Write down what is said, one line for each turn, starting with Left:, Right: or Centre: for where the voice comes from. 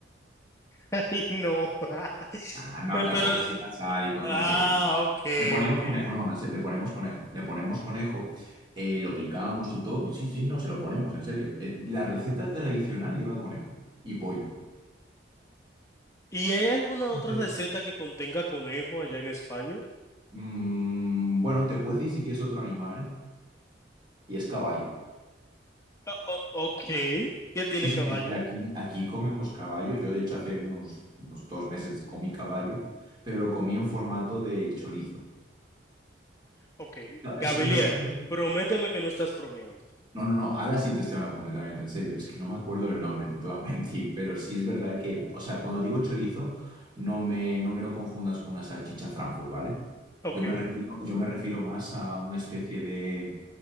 Left: <laughs> Ay, no. <laughs>
Right: Ah, no,
Left: Pe-
Right: tampoco
Left: Pero,
Right: así tan sádico,
Left: ah,
Right: no, pero sí. sí.
Left: ok,
Right: Le ponemos
Left: ok.
Right: conejo, no, no, en serio, le ponemos conejo. Le ponemos conejo, eh, lo picamos y todo. Sí, sí, no, se lo ponemos, en serio. Eh, La receta tradicional lleva conejo y pollo.
Left: ¿Y hay alguna
Right: ¿En
Left: otra
Right: serio?
Left: receta que contenga conejo allá en España?
Right: Mm, bueno, te puedo decir si quieres otro animal, y es caballo.
Left: O- o- ok, ¿qué tiene
Right: Sí, sí,
Left: caballo?
Right: sí, sí, aquí, aquí comemos caballo. Yo, de hecho, hace unos, unos dos meses comí caballo, pero lo comí en formato de chorizo.
Left: Ok, Gabilier,
Right: Es- no es-
Left: prométeme que no estás bromeando.
Right: No, no, no, ahora sí te estoy hablando completamente en serio. Es que no me acuerdo del nombre, no te voy a <laughs> mentir, pero sí es verdad que, o sea, cuando digo chorizo, no me, no me lo confundas con una salchicha Frankfurt, ¿vale?
Left: Ok,
Right: Yo me refiero, yo me refiero más a una especie de,